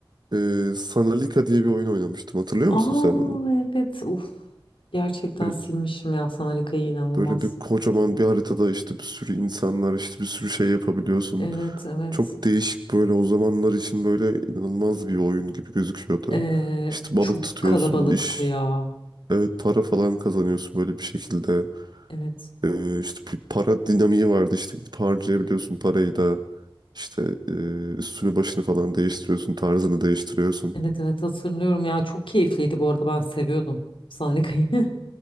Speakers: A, on the right (about 55°); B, on the left (about 85°).
A: e, Sanalika diye bir oyun oynamıştım. Hatırlıyor
B: Aa
A: musun sen onu?
B: evet uf. Gerçekten
A: Böyle,
B: silmişim ya Sanalika'yı inanılmaz.
A: böyle bir kocaman bir haritada işte bir sürü insanlar işte bir sürü şey yapabiliyorsun.
B: Evet evet.
A: Çok değişik böyle o zamanlar için böyle inanılmaz bir oyun gibi gözüküyordu.
B: Ee,
A: İşte balık
B: çok
A: tutuyorsun,
B: kalabalıktı
A: iş
B: ya.
A: evet para falan kazanıyorsun böyle bir şekilde.
B: Evet.
A: E, işte bir para dinamiği vardı işte gidip harcayabiliyorsun parayı da. İşte e, üstünü başını falan değiştiriyorsun, tarzını değiştiriyorsun.
B: Evet evet hatırlıyorum ya çok keyifliydi bu arada ben seviyordum Sanalika'yı. <laughs>